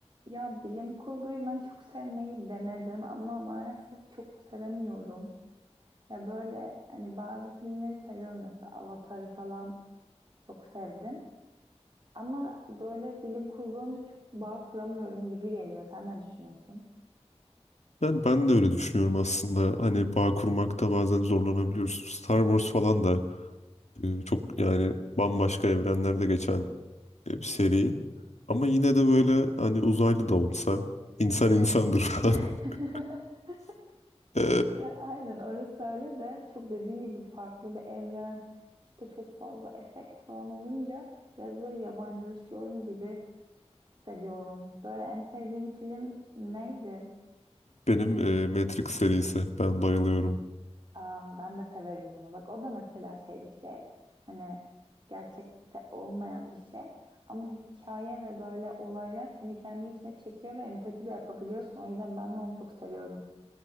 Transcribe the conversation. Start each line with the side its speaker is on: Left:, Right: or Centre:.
Right: Ya bilim kurguyu ben çok sevmeyi denedim ama maalesef çok sevemiyorum. Ya böyle hani bazı filmleri seviyorum mesela Avatar'ı falan çok sevdim. Ama böyle bilim kurgu olunca çok bağ kuramıyorum gibi geliyor. Sen ne düşünüyorsun?
Left: Yani ben de öyle düşünüyorum aslında. Hani bağ kurmakta bazen zorlanabiliyoruz. Star Wars falan da e, çok yani bambaşka evrenlerde geçen e, bir seri. Ama yine de böyle hani uzaylı da olsa insan insandır falan.
Right: <laughs>
Left: <laughs> E,
Right: Ya aynen orası öyle de çok dediğin gibi farklı bir evren işte çok fazla efekt falan olunca biraz böyle yabancılaşıyorum gibi hissediyorum. Böyle en sevdiğin film neydi?
Left: benim e, Matrix serisi. Ben bayılıyorum.
Right: Aa, ben de severim onu. Bak o da mesela şey bir şey hani gerçekte olmayan bir şey ama hikaye ve böyle olaylar seni kendi içine çekiyor ve empati de yapabiliyorsun. O yüzden ben de onu çok seviyorum.